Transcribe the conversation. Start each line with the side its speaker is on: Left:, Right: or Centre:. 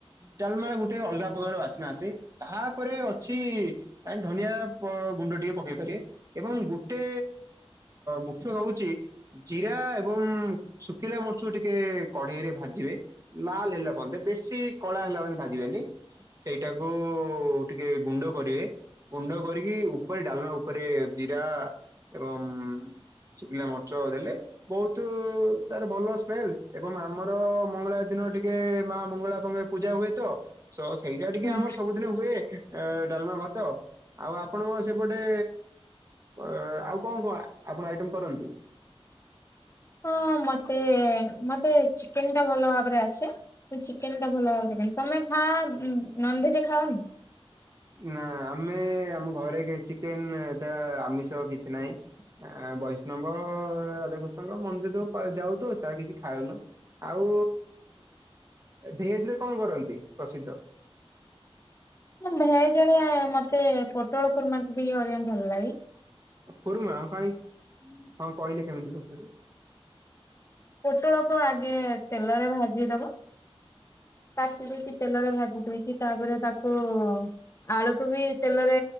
Right: ଡାଲମାର ଗୋଟେ ଅଲଗା ପ୍ରକାର ବାସ୍ନା ଆସେ ତାପରେ ଅଛି -- କାଇଁ ଧନିଆ ଗୁଣ୍ଡ ଟିକେ ପକେଇ ପାରିବେ। ଏବଂ ଗୋଟେ ମୁଖ୍ୟ ହଉଚି। ଜିରା ଏବଂ ଶୁଖିଲା ମରିଚ ଟିକେ କଡେଇରେ ଭାଜିବେ। ଲାଲ ହେଲା ପର୍ଯ୍ୟନ୍ତେ ବେଶୀ କଳା ହେଲା ପଯ୍ୟନ୍ତ ଭାଜିବେନି। ସେଇଟାକୁ ଟିକେ ଗୁଣ୍ଡ କରିବେ। ଗୁଣ୍ଡ କରିକି ଉପରେ ଡାଲମା ଉପରେ ଜିରା ଏବଂ ଶୁଖିଲା ମର୍ଚ ଦେଲେ ବହୁତ ତାର ଭଲ ସ୍ମେଲ ଏବଂ ଆମର ମଙ୍ଗଳା ଦିନ ଟିକେ ମା ମଙ୍ଗଳାମ ପୂଜା ହୁଏ ତ ସେଇଟା ଟିକେ
Left: ହୁଁ।
Right: ଆମର ସବୁଦିନ ହୁଏ। ଡାଲମା ଭାତ ଆଉ ଆପଣଙ୍କ ସେପଟେ ଅ ଆଉ କଣ କଣ ଆପଣ ଆଇଟମ୍ କରନ୍ତି?
Left: ହଁଁ ମତେ ମତେ ଚିକେନ ଟା ଭଲ ଭାବରେ ଆସେ। ମୁଁ ଚିକେନ ଟା ଭଲ ଭାବରେ କରେ, ତମେ ଖାଅ ନନଭେଜ ଖାଅନି।
Right: ନା ଆମେ ଆମ ଘରେ କେହି ଚିକେନ ଯା ଆମିଷ କିଛି ନାହିଁ। ଆ ବୈଷ୍ଣବ ରାଧାକୃ ତାଙ୍କ ମନ୍ଦିର ଯଉ ଯାଉ ତ ତାହା କିଛି ଖାଉନୁ ଆଉ ଭେଜ ରେ କଣ କରନ୍ତି ପ୍ରସିଦ୍ଧ।
Left: ଭେଜ ରେ ମତେ ପୋଟଳକୁର୍ମାନ୍ତି ବି କରିବାକୁ ଭଲଲାଗେ।
Right: କୁରୁମା କାହିଁ ହଁ କହିଲେ କେମିତି କରୁଚ ଯେ।
Left: ପୋଟଳକୁୁ ଆଗେ ତେଲରେ ଭାଜିଦବ। କାଟି ଦେଇକି ତେଲରେ ଭାଜିି ଦେଇକି ତାପରେ ତାକୁ ଆଳୁକୁ ବି ତେଲରେ